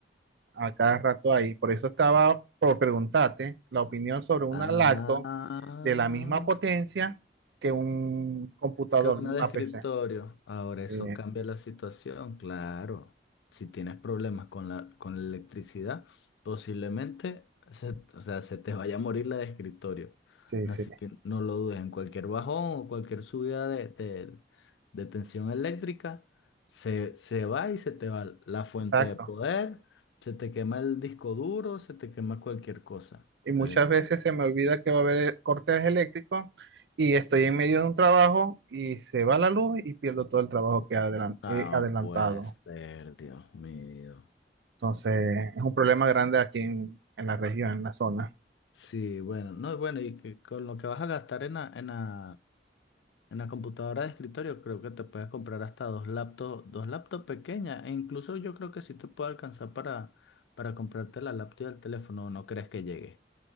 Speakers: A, on the right; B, on the left.
A: a cada rato ahí. Por eso estaba por preguntarte la opinión sobre una
B: ah,
A: lacto de la misma potencia que un computador,
B: Que una
A: una
B: de escritorio.
A: PC.
B: Ahora eso
A: Sí,
B: cambia la situación, claro. Si tienes problemas con la, con la electricidad, posiblemente se, o sea, se te vaya a morir la de escritorio.
A: sí, sí,
B: Así que no lo dudes, en cualquier bajón o cualquier subida de, de- de tensión eléctrica, se, se va y se te va la fuente
A: exacto.
B: de poder, se te quema el disco duro, se te quema cualquier cosa.
A: Y muchas
B: Entonces,
A: veces se me olvida que va a haber cortes eléctricos y estoy en medio de un trabajo y se va la luz y pierdo todo el trabajo que adelan-
B: no
A: he adelantado.
B: puede ser, Dios mío.
A: Entonces, es un problema grande aquí en, en la región, en la zona.
B: Sí, bueno, no, bueno, y que con lo que vas a gastar en la, en la, en la computadora de escritorio, creo que te puedes comprar hasta dos laptops, dos laptops pequeñas, e incluso yo creo que sí te puede alcanzar para, para comprarte la laptop y el teléfono, ¿no crees que llegue?